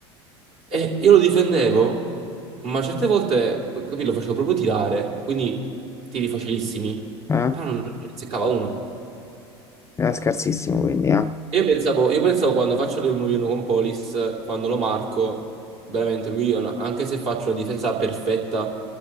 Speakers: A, on the right; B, on the left.
A: E io lo difendevo, ma certe volte, capì, lo facevo proprio tirare, quindi tiri facilissimi,
B: Eh?
A: però non ne seccava uno.
B: Era scarsissimo quindi, eh. Ha
A: Io pensavo, io pensavo quando faccio le 1v1 con Polis, quando lo marco, veramente lui, è una- anche se faccio una difesa perfetta,